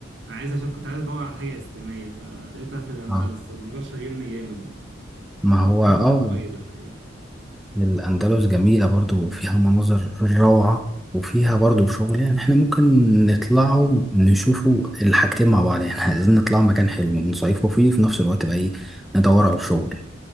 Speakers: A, on the right; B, in the centre.
A: أنا عايز عشان كنت عايز أدور على حاجة إسلامية فلقيتها في الأندلس
B: اه
A: الموضوع شاغلني جامد فبفكر
B: ما هو اه
A: أروح قريب الحقيقة.
B: الأندلس جميلة برضو وفيها مناظر روعة وفيها برضو شغل يعني احنا ممكن نطلعوا نشوفوا الحاجتين مع بعض يعني <laughs> عايزين نطلع مكان حلو نصيفوا فيه في نفس الوقت بقى ايه ندور على شغل